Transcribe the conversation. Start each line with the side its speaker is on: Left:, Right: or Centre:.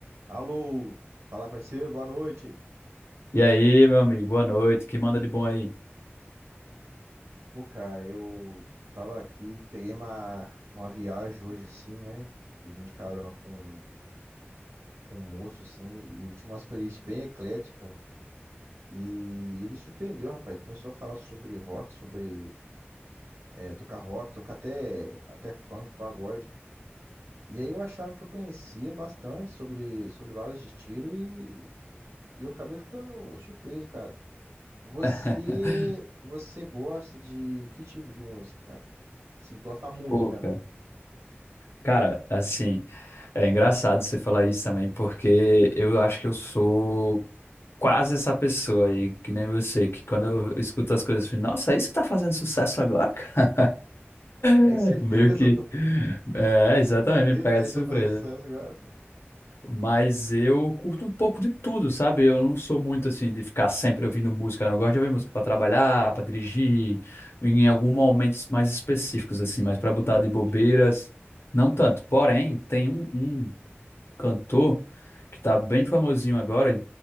Right: Alô, fala parceiro, boa noite.
Left: E aí, meu amigo, boa noite. Que manda de bom aí?
Right: Pô, cara, eu tava aqui, peguei uma, uma viagem hoje assim, né? Eu vim de carona com, com um moço assim, e ele tinha umas playlists bem ecléticas. E ele me surpreendeu, rapaz. Começou a falar sobre rock, sobre é, tocar rock, tocar até, até funk, pagode. E aí eu achava que eu conhecia bastante sobre, sobre vários estilos e, e eu acabei ficando surpreso, cara. Você,
Left: <laughs>
Right: você gosta de que tipo de música, cara? Se gosta muito
Left: Pô,
Right: mesmo.
Left: cara, Cara, assim, é engraçado você falar isso também, porque eu acho que eu sou quase essa pessoa aí, que nem você, que quando eu escuto as coisas, eu fico, nossa, é isso que tá fazendo sucesso agora, cara? <laughs>
Right: Tem certeza?
Left: Meio que. É,
Right: <laughs>
Left: exatamente,
Right: Certeza
Left: me pega
Right: que a
Left: de
Right: gente
Left: surpresa.
Right: tá fazendo sucesso agora.
Left: Mas eu curto um pouco de tudo, sabe? Eu não sou muito assim de ficar sempre ouvindo música, não. Eu gosto de ouvir música para trabalhar, para dirigir, em alguns momentos mais específicos, assim, mas para botar
Right: Entendi.
Left: de bobeiras, não tanto. Porém, tem um, um cantor que tá bem famosinho agora,